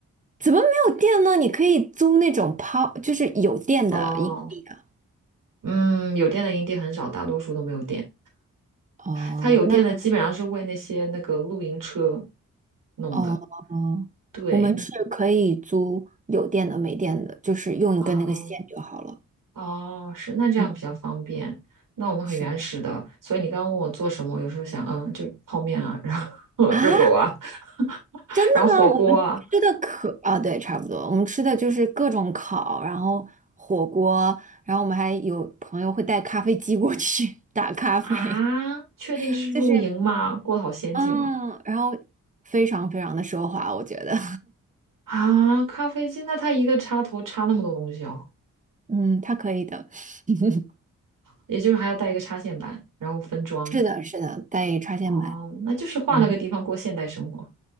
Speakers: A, on the right; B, on the right.
A: 怎么没有电呢？你可以租那种抛，就是有电的营地啊。
B: 哦，嗯，有电的营地很少，大多数都没有电。
A: 哦，
B: 它有电的基本上是为那些那个露营车
A: 那可
B: 弄的。
A: 哦哦，
B: 对，
A: 我们是可以租有电的、没电的，就是用一根那个线就好了。
B: 啊。哦，是，那这样比较方便。
A: 嗯
B: 那我们很原始的，
A: 是的
B: 所以你刚刚问我做什么，我有时候想，嗯，就泡面啊，然后
A: 啊，
B: <laughs> 热狗啊，<laughs>
A: 真的吗？
B: 然后火锅啊。
A: 我们吃的可啊，对，差不多。我们吃的就是各种烤，然后火锅，然后我们还有朋友会带咖啡机过去 <laughs> 打咖啡，
B: 啊，确定这是露营吗？
A: 就是
B: 过得好先进啊！
A: 嗯，然后非常非常的奢华，我觉得，
B: 啊，咖啡机，那它一个插头插那么多东西哦，
A: <laughs> 嗯，他可以的。<laughs>
B: 也就是还要带一个插线板，然后分装。
A: 是的，是的，带插线板，
B: 哦，那就是换了个地方过现代生活。
A: 嗯，